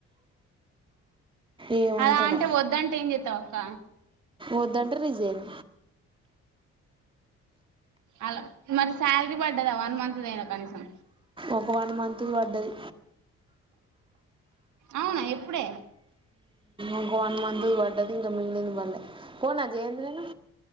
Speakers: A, on the right; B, on the right.
A: ఏమంటాడో
B: అలా అంటే వద్దంటే ఏం చేస్తావు ఒక్క
A: వద్దంటే రిజైన్
B: అలా మరి శాలరీ పడ్డదా వన్ మంత్ ది అయినా కనీసం
A: ఒక వన్ మంత్ ది వడ్డది
B: అవునా ఎప్పుడే
A: ఒక వన్ మంత్ ది పడ్డది ఇంకా మిగిలింది పడలే పోవన్న జి ఏం జేయను